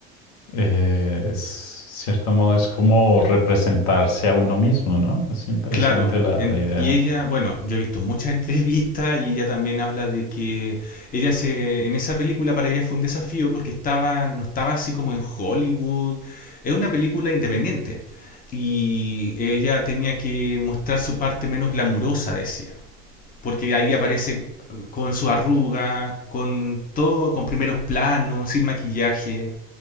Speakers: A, on the left; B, on the left.
A: eh, es cierto modo es como representarse a uno mismo, ¿no? Es interesante
B: Claro,
A: la,
B: en-
A: la idea.
B: y ella, bueno, yo he visto muchas <laughs> entrevistas y ella también habla de que ella se, en esa película para ella fue un desafío porque estaba, no estaba así como en Hollywood, es una película independiente y ella tenía que mostrar su parte menos glamurosa, decía, porque ahí aparece eh, con su arruga, con todo, con primeros planos, sin maquillaje,